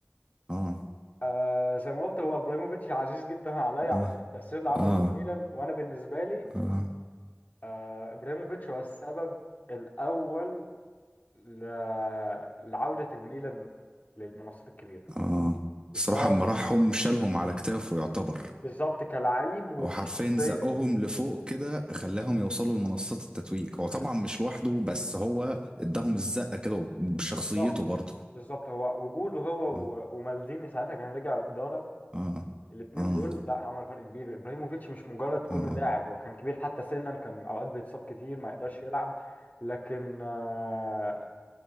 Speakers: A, on the right; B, on the left.
A: اه
B: آه، زي ما قلت هو ابراهيموفيتش عزيز جدا عليا
A: اه
B: علشان التأثير اللي عمله
A: اه
B: الميلان وانا بالنسبة لي
A: اه
B: آه، ابراهيموفيتش هو السبب الاول ل... لعودة الميلان للمنصات الكبيرة
A: اه
B: والسبب
A: الصراحة اما راحهم شالهم على كتافه يعتبر
B: بالظبط كلاعب وكشخصية
A: هو حرفيا زقهم لفوق كده خلاهم يوصلوا لمنصات التتويج هو طبعا
B: بز-
A: مش لوحده بس هو اداهم الزقة كده وبشخصيته
B: بالظبط
A: برضه
B: بالظبط هو وجوده هو و-
A: آه.
B: ومالديني ساعتها كان رجع الإدارة
A: اه
B: الاثنين
A: اه
B: دول لا عملوا فرق كبير ابراهيموفيتش مش مجرد كونه
A: اه اه
B: لاعب هو كان كبير حتى سنا كان اوقات بيتصاب كتير ما يقدرش يلعب لكن آه،